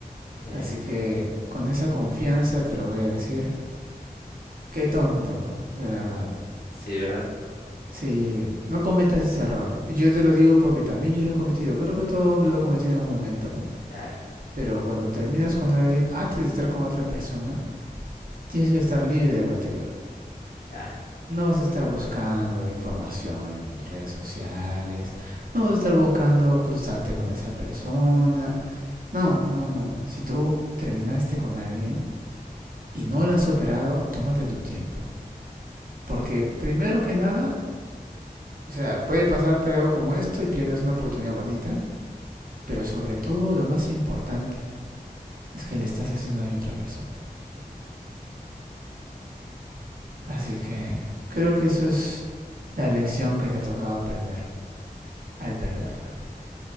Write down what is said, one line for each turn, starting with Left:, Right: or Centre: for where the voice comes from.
Left: Sí,
Right: así que con esa confianza te lo voy a decir. Qué tonto, de verdad.
Left: sí, ¿verdad?
Right: Sí, no cometas ese error. Y Yo te lo digo porque también yo lo he cometido. Creo que todo hombre lo ha cometido en algún momento, ¿no?
Left: Claro,
Right: Pero cuando terminas con alguien antes de estar con otra persona, tienes que estar libre de lo anterior.
Left: claro.
Right: No vas a estar buscando información en redes sociales, no vas a estar buscando cruzarte con esa persona. No, no, no. Si tú terminaste con alguien y no lo has superado, tómate tu tiempo. Porque primero que nada, o sea, puede pasarte algo como esto y pierdes una oportunidad bonita. Pero sobre todo lo más importante es que le estás haciendo daño a otra persona. Así que creo que eso es la lección que te ha tocado aprender al perderla.